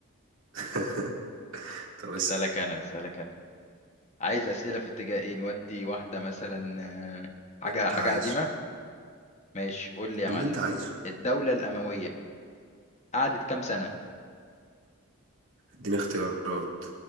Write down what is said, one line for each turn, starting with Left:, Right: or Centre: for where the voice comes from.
Right: <laughs> طب اسأل
Left: اسالك انا اسالك انا عايز اسئله في اتجاه ايه نودي واحده مثلا آه، حاجه
Right: اللي انت
Left: حاجه
Right: عايزه
Left: قديمه ماشي قول لي يا
Right: اللي
Left: معلم
Right: انت عايزه
Left: الدوله الامويه قعدت كام سنه
Right: اديني اختيارات